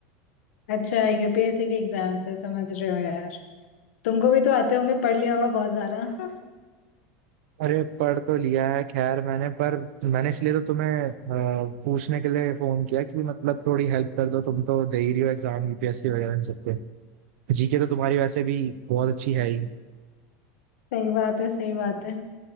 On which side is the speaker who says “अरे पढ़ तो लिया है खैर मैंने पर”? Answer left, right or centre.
Right